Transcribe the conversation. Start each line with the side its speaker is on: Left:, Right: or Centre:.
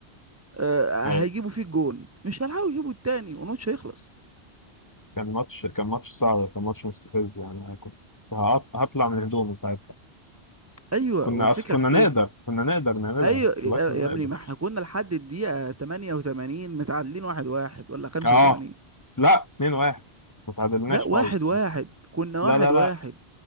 Right: آه،
Left: أيوة.
Right: هيجيبوا فيه الجون مش هيلحقوا يجيبوا التاني والماتش هيخلص
Left: كان ماتش كان ماتش صعب كان ماتش مستفز يعني انا كنت هط- هطلع من هدومي ساعتها
Right: ايوه
Left: كنا
Right: هو الفكره
Left: أص... كنا
Right: في
Left: نقدر
Right: ايه
Left: كنا نقدر نعملها
Right: ايوه يا
Left: والله كنا
Right: يا
Left: نقدر
Right: ابني ما احنا كنا لحد الدقيقه 88 متعادلين واحد واحد ولا 85
Left: اه لا 2 1 ما تعادلناش
Right: لا واحد
Left: خالص
Right: واحد كنا واحد
Left: لا لا
Right: واحد
Left: لا